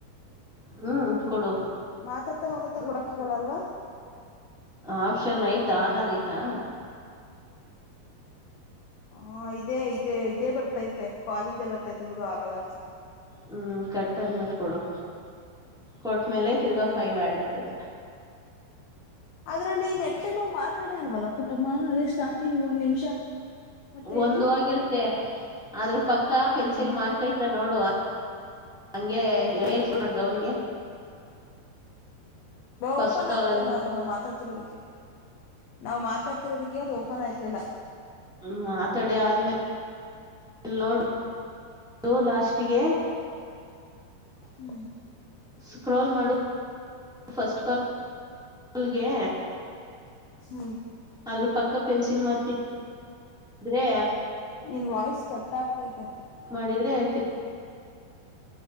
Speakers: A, in the centre; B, on the left (about 75°).
A: ಹ್ಮ್, ಕೊಡು-
B: ಮಾತಾಡ್ತ ಮಾತಾಡ್ತ ಕೊಡಕ್ಕೋಗಲ್ಲ <unintelligible> ಅಲ್ವಾ
A: ಆಪ್ಷ್ಸನ್ ಆಯ್ತಾ ಆನ್ಗೈತಾ-
B: ಹಾ, ಇದೇ ಇದೇ ಇದೇ ಬರ್ತೈತೆ ಕಾಲಿಂಗ್ದ ಬರ್ತೈತೆ ಬಿಡು ಆಗಲ್ಲ ಅನ್ಸುತ್ತೆ.
A: ಹ್ಮ್, ಕಟ್ಟಾದ್ಮೇಲೆ ಕೊಡು ಕೊಟ್ಮೇಲೆ ತಿರ್ಗಾ
B: ಹ್ಮ್
A: ಫೈವ್ ಆ್ಯಡ್ ಆಗತದೆ.
B: ಅದ್ರಲ್ಲಿ ನೆಟ್ಟಗ್ ನಾವ್ ಮಾತಾಡೆ ಇಲ್ವಲ್ಲ ಪುಟಮ್ಮ. ಅದೇ ಸ್ಟಾರ್ಟಿಂಗ್ ಒಂದ್ ನಿಮಿಷ ಮತ್ತೆ
A: ಒಂದ
B: ಇದು
A: ಹೋಗಿರುತ್ತೆ ಆದ್ರ ಪಕ್ಕಾ ಪೆನ್ಸಿಲ್
B: ಹ್ಮ್
A: ಮಾರ್ಕ್ ಐತ ನೋಡು ಹಂಗೆೇಳ್ ಡೌನ್ಗೆ <unintelligible> ಫಸ್ಟ್
B: ಓಪನ್
A: ಕಾಲ್
B: ಆಗ್ತಾ
A: ಅಲ್ಲಿ
B: ಇಲ್ಲ ಅದು ನಾವ್ ಮಾತಾಡ್ತಿರೋದಿಕ್ಕೆ. ನಾವ್ ಮಾತಾಡ್ತಿರೋದಿಕ್ಕೆ ಅದು ಓಪನ್ ಆಯ್ತಲ್ಲಾ.
A: ಹ್ಮ್, ಮಾತಡಿ ಆದ್ಮೇಲೆ ನೋಡು ಲಾಸ್ಟ್ಗೆ <unintelligible>
B: ಹ್ಮ್,
A: ಸ್ಕ್ರೊಲ್ ಮಾಡು ಫಸ್ಟ್ ಕಾಲ್ ಕಾಲ್ಗೆ
B: ಹ್ಮ್,
A: ಅದ್ರ ಪಕ್ಕ ಪೆನ್ಸಿಲ್ ಮಾರ್ಕ್ಇದ್ರೆ
B: ನಿನ್ ವಾಯ್ಸ್ ಕಟ್ ಆಗ್ತೈತೆ.
A: ಮಾಡಿದ್ರೆ <unintelligible>